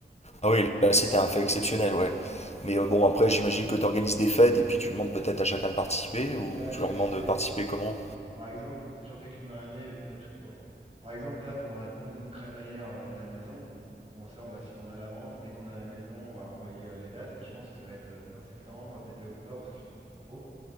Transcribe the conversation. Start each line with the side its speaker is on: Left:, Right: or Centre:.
Left: Ah oui, là c'était un fait exceptionnel, ouais. Mais
Right: Voilà,
Left: euh, bon,
Right: je...
Left: après j'imagine que tu organises des fêtes et puis tu demandes peut-être à chacun de participer ou
Right: Ouais, est-ce
Left: tu
Right: que
Left: leur
Right: si
Left: demandes
Right: c'est...
Left: de participer comment?
Right: Par exemple, si j'en fais qu'une dans l'année, pas toujours. Par exemple, là, pendant la pendaison de crémaillère euh, de la maison, bon, ça, on va s'y prendre à l'avance. Dès qu'on a la maison, on va envoyer euh, les dates. Et je pense que ça va être euh, fin septembre, début octobre, parce qu'il fait encore beau.